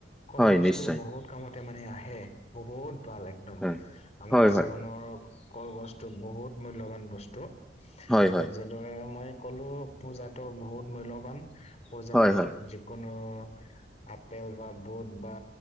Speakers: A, on the left; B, in the centre.
A: কলগছটো
B: হয়, নিশ্চয়।
A: বহুত কামতে মানে আ হে, বহুত ভাল একদম,
B: হয়।
A: আমাৰ
B: হয়, হয়,
A: জীৱনৰ কল গছটো বহুত মূল্যবান বস্তু,
B: হয়, হয়,
A: আৰু মই যিদৰে মই সকলো পূজাতো বহুত মূল্যবান, পূজাত
B: হয়, হয়,
A: যিকোন নো আপেল বা বুট বা